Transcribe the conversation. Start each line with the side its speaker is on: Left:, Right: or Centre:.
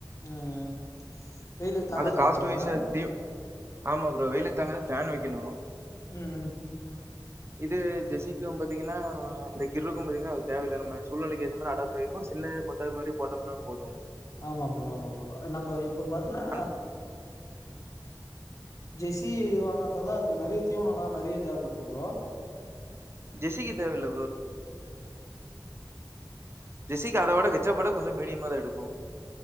Left: உம் வெயிலுக்கு தாங்காதா
Right: அது காஸ்ட்
Left: புரோ அதெல்லாம்
Right: வைஸா தீ ஆமா இப்போவெயிலுக்கு தாங்காது ஃபேன் வை இனோ
Left: ம்
Right: இது ஜெஸிக்கும் பாத்தீங்கன்னா இந்த கிருக்கும் பாத்தீங்கன்னா அது தேவை இல்லை நம்ம சூழ்நிலைக்கு ஏற்ற மாதிரி அடப்பாயிருக்கும் சின்ன கொட்டாகை மாதிரி போட்டோம்னா போதும்
Left: ஆமா புரோ ஆமா புரோ நம்ம இப்ப பாத்தன்னா
Right: ஆனா
Left: ஜெஸ்ஸி வாங்கறதாஇருந்தா அதுக்கு நிறைய தீவனம் எல்லாம் நிறைய தேவைப்படுமா புரோ
Right: ஜெஸிக்கு தேவையில்ல ஜெசிக்கு அதை விட ஹெச்சப்ப விட கொஞ்சம் மீடியமா தான் எடுக்கும்